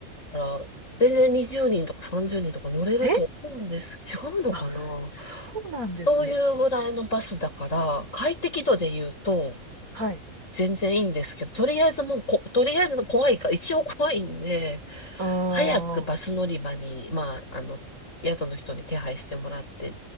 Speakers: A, on the left; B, on the right.
A: だから全然20人とか30人とか乗れると思うんです。
B: え
A: 違うのかな
B: あ、そうなんですね。
A: そういうぐらいのバスだから、快適度で言うと
B: はい。
A: 全然いいんですけど、とりあえずもうこ、とりあえずの怖いか、一応怖いんで、
B: うー
A: 早くバス乗り場に、
B: ん。
A: まあ、あの、宿の人に手配してもらって